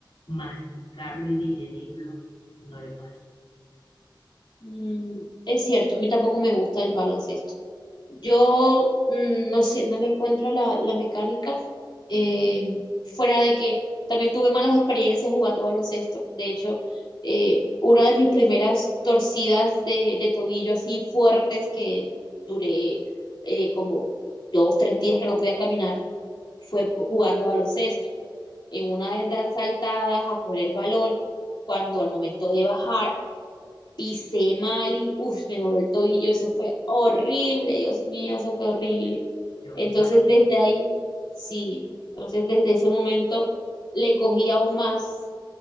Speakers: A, on the left (about 85°); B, on the left (about 60°).
A: masticarlo y digerirlo, no le pasa.
B: Mm, es cierto, a mí tampoco me gusta el baloncesto. Yo mm, no sé, no le encuentro la, la mecánica, eh, fuera de que también tuve malas experiencias jugando baloncesto. De hecho, eh, una de mis primeras torcidas de, de tobillo así fuertes que duré eh, como dos, tres días que no podía caminar, fue jugando baloncesto. En una de las saltadas a coger el balón, cuando al momento de bajar pisé mal y uff, me dolió el tobillo, eso fue horrible, Dios mío, eso fue horrible.
A: Yo
B: Entonces
A: me imagino
B: desde ahí, sí, entonces desde ese momento le cogí aún más